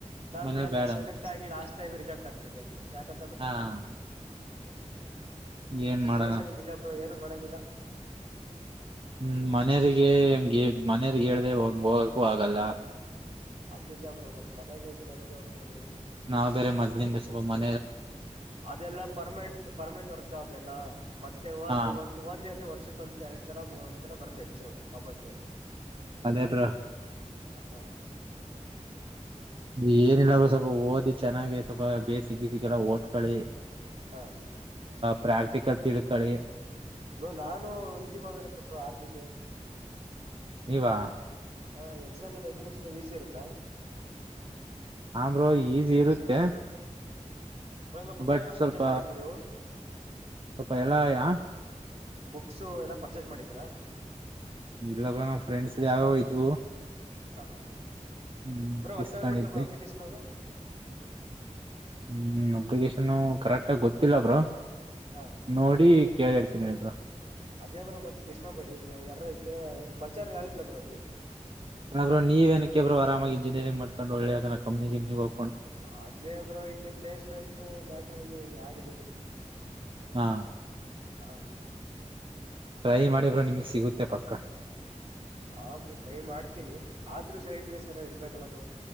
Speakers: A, on the right (about 60°); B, on the right (about 45°).
A: ನಮ್ದು
B: ಮನೇಲಿ
A: ಎಲ್ಲ
B: ಬೇಡ
A: ಸೆಲೆಕ್ಟ್
B: ಅಂತಾರೆ
A: ಆಗಿ ಲಾಸ್ಟ್ ಟೈಮ್ ರಿಜೆಕ್ಟ್ ಆಗ್ತಿದ್ದೆ ಯಾಕಂತ ಗೊತ್ತಾಗ್ತಿಲ್ಲ
B: ಹಾ ಏನ್
A: ಸಿಚುವೇಷನ್
B: ಮಾಡಣ
A: ಇಂಗಿದೆ ಬ್ರೊ ಏನು ಮಡಂಗಿಲ್ಲ
B: ಹ್ಮ್ ಮನೆಯರಿಗೆ ಹೆಂಗೆ ಮನೆಯರ್ಗ ಹೇಳ್ದೆ ಹಂಗ ಹೋಗಕ್ಕು ಆಗಲ್ಲ
A: ಹದ್ ನಿಜ ಬ್ರ ಮತ್ ಮನೆಗ್ಹೇಲ್ದಲೆ ಹೆಂಗು ಹೋಗ್ತೀರಾ ನೀವು
B: ನಾವು ಬೇರೆ ಮದ್ಲಿಂದು <unintelligible>
A: ಅದೆಲ್ಲ ಪರ್ಮನೆಂಟ್ ಪರ್ಮನೆಂಟ್ ವರ್ಕ್ ಆದೆಲ್ಲಾ ಮತ್ತೆ ಹೋದ್
B: ಹಾ
A: ನೀವ್ ಒಂದು ಹೋದ್ರಿ ಅಂದ್ರೆ ವರ್ಷಕ್ಕೆ ಒಂದ್ಸ ಎರಡ್ ಸಲ ಮೂ ಒಂದ್ಸಲ ಬರದ ಹೆಚ್ಚು ವಾಪಸ್ಸು
B: ಅದೇ ಬ್ರೊ
A: ಹ
B: ಏನಿಲ್ಲ ಬ್ರೊ ಸ್ವಲ್ಪ ಓದಿ ಚೆನ್ನಾಗಿ ಸ್ವಲ್ಪ ಬೇಸಿಕ್ ಗೀಸಿಕ್ ಎಲ್ಲ ಓದ್ಕಳಿ
A: ಹಾ
B: ಪ್ರಾಕ್ಟಿಕಲ್ ತಿಳ್ಕಲಿ
A: ಬ್ರೊ ನಾನು ಇದಿ ಹೋಗಬೇಕಂತ ಬ್ರೊ ಆರ್ಮಿಗೆ
B: ನೀವಾ
A: ಹಾ ಎಕ್ಸಾಮ್ ಎಲ್ಲಿ ಹೆಂಗಿರುತ್ತ ಬ್ರೊ ಈಸಿ ಇರುತ್ತಾ
B: ಬ್ರೊ ಈಜಿ ಇರುತ್ತೆ
A: ಬ್ರೋ ಏನಾರ ಬುಕ್
B: ಬಟ್
A: ಏನಾರ
B: ಸ್ವಲ್ಪ
A: ಪರ್ಚೇಸ್ ಮಾಡಿದ್ರಾ ನೀವು
B: ಸ್ವಲ್ಪ ಎಲ್ಲ ಯಾ
A: ಬುಕ್ಸು ಎಲ್ಲ ಪರ್ಚೇಸ್ ಮಾಡಿದ್ರಾ
B: ಇಲ್ಲಾಗ ಬ್ರೊ ನಮ್ಮ್ ಫ್ರೆಂಡ್ಸ್ ಯಾವ್ಯಾವ ಇದ್ವು
A: ಹ ಹಾ
B: ಹ್ಮ್
A: ಬ್ರೊ ಮತ್ತೆ
B: ಇಸ್ಕೊಂಡಿದ್ವಿ
A: ಯಾವಾಗ್ಬಿಡ್ತಾರ ಬ್ರೊ ಅಪ್ಲಿಕೇಶನ್ ಅವರು
B: ಹ್ಮ್ ಅಪ್ಲಿಕೇಶನ್ ಕರೆಕ್ಟ್ ಆಗ ಗೊತ್ತಿಲ್ಲ ಬ್ರೊ
A: ಹಾ
B: ನೋಡಿ ಕೇಳಿೇಳ್ತಿ ತಿಿನದ <unintelligible>
A: ಅದೇ ಬ್ರೊ ಮತ್ ಮಿಸ್ಮಾಡ್ಬೇಡಿ ಯಾರ ಇದ್ದರೆ ಪ್ರಚಾರ ಯಾರಿದ್ಲ ಬ್ರ ಅಲ್ಲಿ <unintelligible>
B: ಅಲ್ಲ ಬ್ರೊ ನೀವ್ ಏನಿಕ್ಕೆ ಬ್ರೊ ಆರಾಮಾಗಿ ಇಂಜಿನಿಯರಿಂಗ ಮಾಡ್ಕೊಂಡು ಒಳ್ಳೆದನ ಕಮ್ಪನಿಗಿಮ್ಪನಿಗೆ ಹೋಗ
A: ಅದೇ ಬ್ರೊ ಇಲ್ಲಿ ಪ್ಲೇಸ್ಮೆಂಟ್ ಮ್ಯಾಟ್ರ ಅಲ್ಲಿ ಆಗಿದೆ
B: ಹಾ
A: ಹಾ
B: ಟ್ರೈ ಮಾಡಿ ಬ್ರೊ ನಿಮಗ್ ಸಿಗುತ್ತೆ ಪಕ್ಕ
A: ಹ ಬ್ರೊ ಟ್ರೈ ಮಾಡ್ತೀನಿ ಆದ್ರೂ ಸೈಡ್ ಬಿಸ್ನೆಸ್ ಚನಾಗ್ <unintelligible> ಇರ್ಬೇಕಲ್ಲ ಬ್ರರು